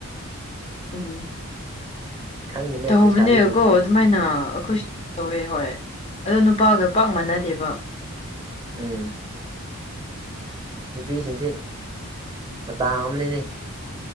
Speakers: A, on the left (about 25°); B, on the right (about 20°).
A: ꯎꯝ
B: ꯈꯪꯗꯦꯅꯦ
A: ꯇꯧꯕꯅꯦꯀꯣ
B: ꯂꯩꯁꯥꯕꯤꯁꯤꯡꯁꯤ
A: ꯑꯗꯨꯃꯥꯏꯅ ꯑꯈꯣꯏꯁ ꯇꯧꯋꯦ ꯍꯣꯏ ꯑꯗꯣ ꯅꯨꯄꯥꯒ ꯄꯥꯛ ꯃꯥꯟꯅꯗꯦꯕ
B: ꯎꯝ ꯅꯨꯄꯤꯁꯤꯡꯁꯦ ꯃꯇꯥ ꯑꯃꯅꯤꯅꯦ